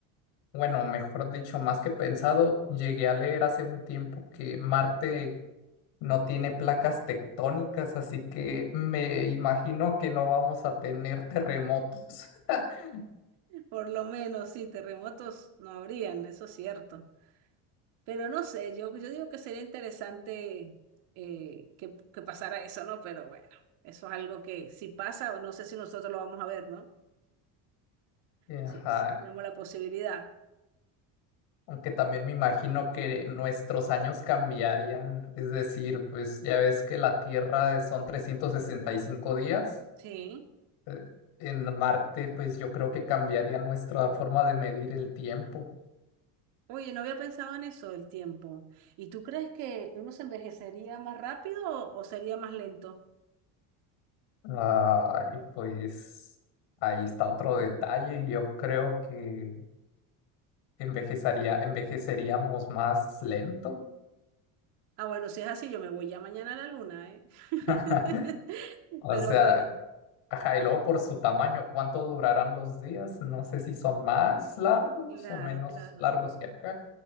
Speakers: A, on the left (about 75°); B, on the right (about 65°).
A: bueno, mejor dicho, más que pensado, llegué a leer hace un tiempo que Marte no tiene placas tectónicas, así que me imagino que no vamos a tener terremotos. <laughs>
B: Por lo menos, sí, terremotos no habrían, eso es cierto. Pero no sé, yo, yo digo que sería interesante eh, que, que pasara eso, ¿no? Pero bueno, eso es algo que si pasa, no sé si nosotros lo vamos a ver, ¿no?
A: Ajá,
B: Si, si tenemos la posibilidad.
A: Aunque también me imagino que nuestros años cambiarían, es decir, pues ya ves que la Tierra son 365 días,
B: Sí.
A: eh, en Marte pues yo creo que cambiaría nuestra forma de medir el tiempo.
B: Oye, no había pensado en eso del tiempo. ¿Y tú crees que uno se envejecería más rápido o, o sería más lento?
A: Ah, y pues ahí está otro detalle, yo creo que envejezaría, envejeceríamos más lento.
B: Ah, bueno, si es así, yo me voy ya mañana a la luna, ¿eh? <laughs>
A: <laughs> O
B: Pero
A: sea,
B: bueno,
A: Ajá, y luego por su tamaño, ¿cuánto durarán los días? No sé si son más largos
B: claro,
A: o menos
B: claro.
A: largos que acá.